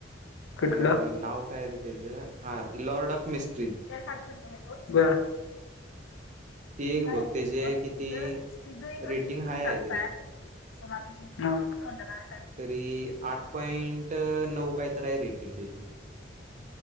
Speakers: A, on the left; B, on the right.
A: कुठलं
B: अ नाव काय र तेचं हा लॉर्ड ऑफ मिस्ट
A: <unintelligible> बर
B: ती एक
A: काय
B: बघ त्याचे
A: म तिथं
B: किती
A: तिथं एक
B: रेटिंग
A: रक म घेऊन
B: हाय आहे
A: टाकतय
B: त्याचं
A: हा
B: तरी आठ पॉइंट नऊ काय तर आहे रेटिंग त्या